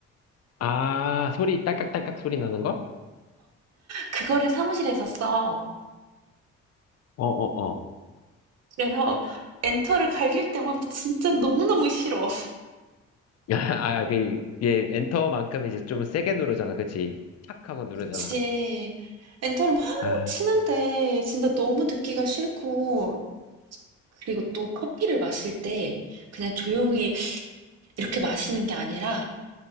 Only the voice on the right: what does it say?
그거를 사무실에서 써.
그래서 엔터를 갈길 때마다 진짜 너무너무 싫어.
그치. 엔터를 막
치는데 진짜 너무 듣기가 싫고. 그리고 또 커피를 마실 때 그냥 조용히 이렇게 마시는 게 아니라